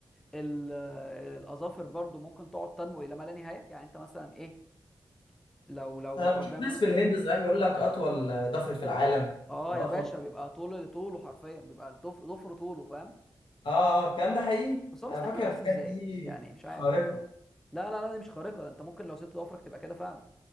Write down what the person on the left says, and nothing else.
انا
بشوف ناس
في الهند
صحيح يقول لك اطول ضفر في العالم
واطول
اه اه الكلام ده حقيقي
انا
فاكر
الحاجات
دي
خارقة